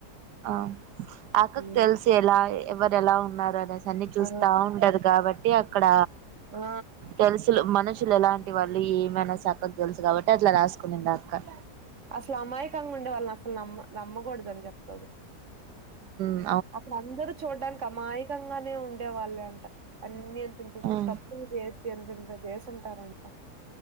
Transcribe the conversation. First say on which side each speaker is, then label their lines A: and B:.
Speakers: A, on the right (about 80°); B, on the right (about 50°).
A: ఆ అక్కకి
B: ఉమ్
A: తెలిసి ఎలా ఎవరు ఎలా ఉన్నారు అనే అన్ని చూస్తా
B: ఆ
A: ఉంటదు కాబట్టి అక్కడ
B: ఆ
A: తెలుసులు మనుషు పులు ఎలాంటి వాళ్ళు ఏమై చక్కకు తెలుసు కాబట్టి అట్లా రాసుకుని అక్క
B: అసలు అమాయకంగా ఉండే వాళ్ళని అసలు నమ్మ నమ్మకూడదని చెప్తుంది
A: ఉ
B: అక్కడ అందరుూ చూడ్డానికి అమాయకంగానే ఉండే వాళ్ళే అంట అన్ని తంత
A: ఉమ్
B: తప్పులు చేసి ఎంతెంత చేస్తుంటారు అంట